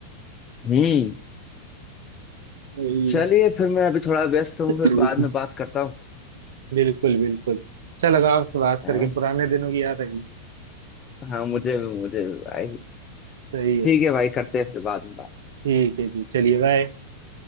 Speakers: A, on the left; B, on the right.
A: हम्म
B: वही
A: चलिए फिर मैं अभी थोड़ा व्यस्त हूँ
B: <laughs>
A: फिर बाद में बात करता हूँ
B: बिल्कुल बिल्कुल अच्छा लगा आपसे बात
A: है?
B: करके
A: ना?
B: पुराने दिनों की याद आई
A: हाँ मुझे मुझे भाई
B: सही है
A: ठीक है भाई करते हैं फिर बाद में बात
B: ठीक है जी चलिए बाय